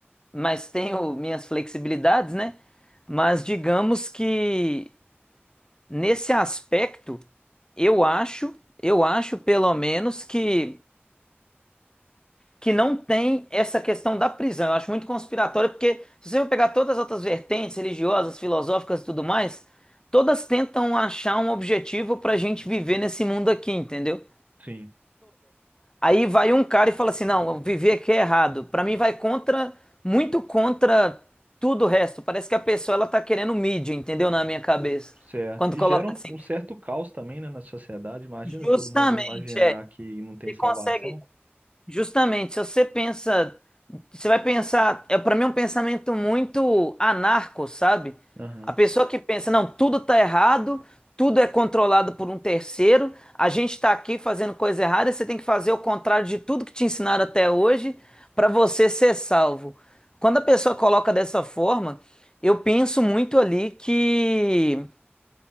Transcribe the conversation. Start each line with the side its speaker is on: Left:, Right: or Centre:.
Left: mas tenho minhas flexibilidades, né? Mas digamos que Nesse aspecto, eu acho, eu acho pelo menos que que não tem essa questão da prisão. Eu acho muito conspiratório porque se você for pegar todas as outras vertentes religiosas, filosóficas e tudo mais, todas tentam achar um objetivo para a gente viver nesse mundo aqui, entendeu?
Right: sim.
Left: Aí vai um cara e fala assim: não, viver aqui é errado. Pra mim vai contra, muito contra tudo o resto. Parece que a pessoa ela tá querendo mídia, entendeu? Na minha cabeça.
Right: Certo.
Left: Quando
Right: E
Left: coloca
Right: gera um,
Left: assim,
Right: um certo caos também, né, na sociedade. Imagina
Left: justamente,
Right: todo mundo imaginar
Left: é,
Right: que não tem
Left: Você
Right: salvação.
Left: consegue, justamente, se você pensa, você vai pensar, é para mim é um pensamento muito anarco, sabe?
Right: Aham.
Left: A pessoa que pensa, não, tudo tá errado, tudo é controlado por um terceiro, a gente tá aqui fazendo coisa errada, e você tem que fazer o contrário de tudo que te ensinaram até hoje para você ser salvo. Quando a pessoa coloca dessa forma, eu penso muito ali que,